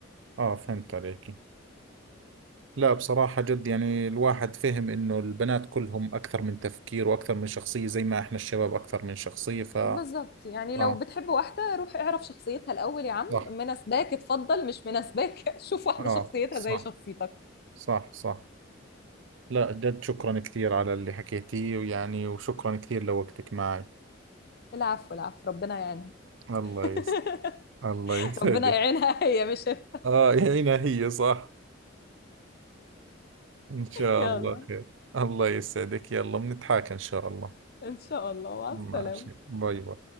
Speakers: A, on the right; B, on the left.
A: اه فهمت عليك لا بصراحة جد يعني الواحد فهم إنه البنات كلهم أكثر من تفكير وأكثر من شخصية زي ما إحنا الشباب أكثر من شخصية ف
B: بالظبط يعني
A: آه
B: لو بتحب واحدة روح اعرف شخصيتها الأول يا عم
A: صح
B: مناسباك اتفضل مش مناسباك <laughs> شوف واحدة
A: آه
B: شخصيتها
A: صح
B: زي شخصيتك
A: صح صح لا جد شكرا كثير على اللي حكيتيه ويعني وشكرا كثير لوقتك معي
B: العفو العفو ربنا يعينها
A: الله
B: <laughs>
A: يس الله يسعدك
B: ربنا يعينها هي مش <laughs>
A: آه هنا هي صح <laughs> إن شاء
B: يلا
A: الله خير الله يسعدك يلا بنتحاكى إن شاء الله
B: إن شاء الله مع
A: ماشي
B: السلامة
A: باي باي